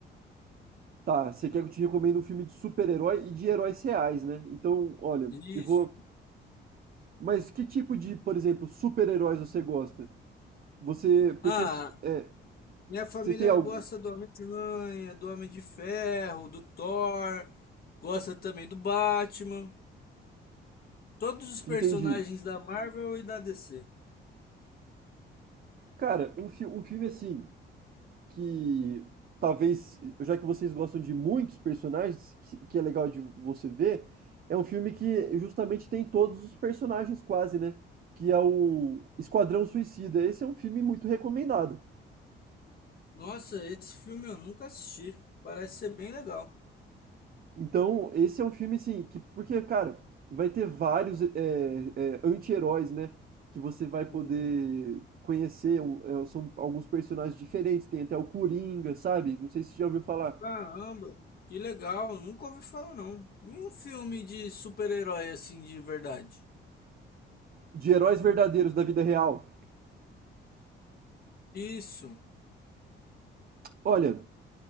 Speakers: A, on the right; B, on the left.
A: Tá, você quer que eu te recomende um filme de super-herói e de heróis reais, né? Então, olha,
B: Isso.
A: eu vou. Mas que tipo de, por exemplo, super-heróis você gosta? Você. Porque.
B: Ah,
A: é,
B: Minha família
A: você tem algum.
B: gosta do Homem-Aranha, do Homem de Ferro, do Thor, gosta também do Batman, todos os personagens
A: Entendi.
B: da Marvel e da DC.
A: Cara, um, fi- um filme assim, que talvez, já que vocês gostam de muitos personagens, que, que é legal de você ver, é um filme que justamente tem todos os personagens quase, né? Que é o Esquadrão Suicida. Esse é um filme muito recomendado.
B: Nossa, esse filme eu nunca assisti. Parece ser bem legal.
A: Então, esse é um filme assim, que, porque, cara, vai ter vários é, é, anti-heróis, né? Que você vai poder
B: Uhum.
A: conhecer. um, é, São alguns personagens diferentes. Tem até o Coringa, sabe? Não sei se você já ouviu falar.
B: Caramba, que legal, nunca ouvi falar não. Nenhum filme de super-herói assim de verdade.
A: de heróis verdadeiros da vida real.
B: Isso.
A: Olha,